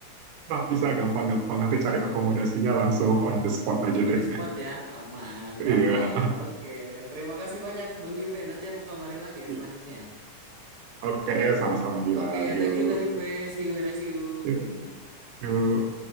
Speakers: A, on the right; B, on the right.
A: Nah, bisa gampang-gampang nanti
B: Bisa
A: cari akomodasinya langsung on the spot aja
B: On
A: deh.
B: the spot ya, aman,
A: Iya.
B: gampang. Oke, terima kasih banyak Bang Juve. Nanti aku kabari lagi ya
A: <laughs>
B: selanjutnya ya.
A: Oke, sama-sama Dilan.
B: Oke,
A: Yuk.
B: thank you Kak Juve. See you and I see you.
A: Yuk. Yuk.